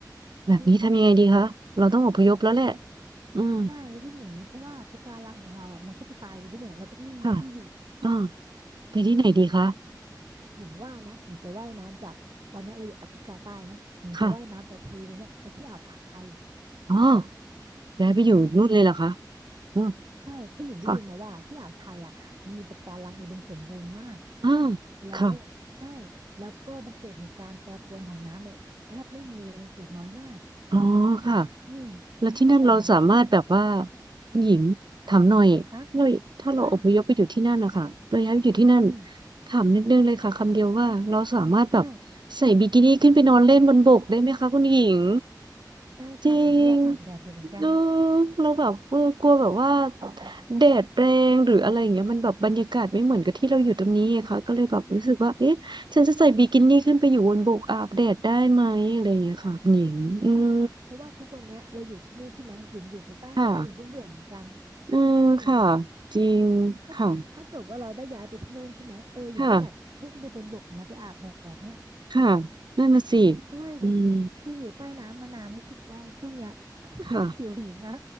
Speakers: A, on the right; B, on the right.
A: แบบนี้ทำยังไงดีคะเราต้องอพยพแล้วแหละ
B: อืม
A: อืม
B: ใช่เราต้องหนีเพราะว่าปะการังของเราอ่ะมันก็จะตายไปด้วยเราก็จะไม่มีที่อยู่
A: ค่ะอ่าไปที่ไหนดีคะ
B: อืมอย่างว่านะหญิงจะว่ายน้ำจากตอนเนี้ยเราอยู่แอฟริกาใต้เนาะหญิงจะว่ายน้ำจากทะเลตรงเนี้ยไปที่อ่าวไทย
A: ค่ะอ๋อย้ายไปอยู่นู่นเลยเหรอคะ
B: อืม
A: อืม
B: ใช่ผู้หญิงได้ยินมาว่าที่อ่าวไทยอ่ะมันมีปะการังอุดมสมบูรณ์มาก
A: ค่ะ อ่า
B: แล้วใช่
A: ค่ะ
B: แล้วก็มันเกิดเหตุการณ์แปรปรวนของน้ำเนี่ยแทบไม่มีเลยมันเกิดน้อยมาก
A: อ๋อค่ะ
B: อืม
A: แล้วที่นั่นเราสามารถแบบว่า
B: กระแสน้ำข้น
A: คุณหญิงถามหน่อยเราถ้าเราอพยพไปอยู่ที่นั่นนะคะเราย้ายไปอยู่ที่นั่น
B: คะว่าอืม
A: ถามนิดนึงเลยค่ะคำเดียวว่าเราสามารถแบบ
B: ได้
A: ใส่บิกินี่ขึ้นไปนอนเล่นบนบกได้ไหมคะคุณหญิง
B: ได้ค่ะหญิงก็อยากอาบแดดอยู่เหมือนกัน
A: จริงเออเราแบบเออกลัวแบบว่าแดดแรงหรืออะไรอย่างเงี้ยมันแบบบรรยากาศไม่เหมือนกับที่เราอยู่ตรงนี้ไงคะก็เลยแบบรู้สึกว่าเอ๊ะฉันจะใส่บิกินี่ขึ้นไปอยู่บนบกอาบแดดได้ไหมอะไรอย่างเงี้ยค่ะคุณหญิงอืม
B: ใช่ค่ะเพราะว่าทุกวันเนี้ยเราอยู่ที่นี่ใช่ไหมหญิงอยู่แต่ใต้น้ำหญิงก็เบื่อเหมือนกัน
A: ค่ะ อืมค่ะ
B: อืม
A: จริงค่ะ
B: ถ้าถ้าเกิดว่าเราได้ย้ายไปที่โน่นใช่ไหมเออหญิงก็อยากขึ้นไปบนบกเนี่ยนะไปอาบแดดเนี่ย
A: ค่ะค่ะนั่นน่ะสิ
B: เพราะว่า
A: อืม
B: คืออยู่ใต้น้ำมานานรู้สึกว่าช่วงเนี้ย <laughs>
A: ค่ะ
B: ผิวหญิงอะ